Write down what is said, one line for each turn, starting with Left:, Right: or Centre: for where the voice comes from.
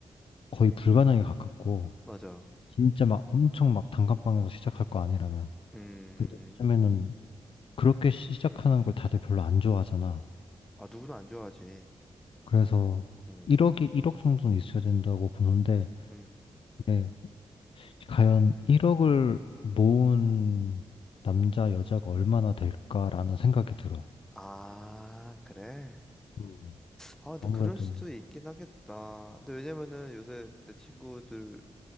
Left: 거의 불가능에 가깝고
Centre: 맞아.
Left: 진짜 막 엄청 막 단칸방에서 시작할 거 아니라면
Centre: 음,
Left: 근데 요즘에는 그렇게 시작하는 걸 다들 별로 안 좋아하잖아.
Centre: 아, 누구나 안 좋아하지.
Left: 그래서
Centre: 음,
Left: 1억이 1억 정도는 있어야 된다고 보는데
Centre: 음.
Left: 근데 과연 1억을 모은 남자, 여자가 얼마나 될까라는 생각이 들어.
Centre: 아, 그래?
Left: 음.
Centre: 아, 근데
Left: 아무래도
Centre: 그럴 수도 있긴 하겠다. 근데 왜냐면은 요새 내 친구들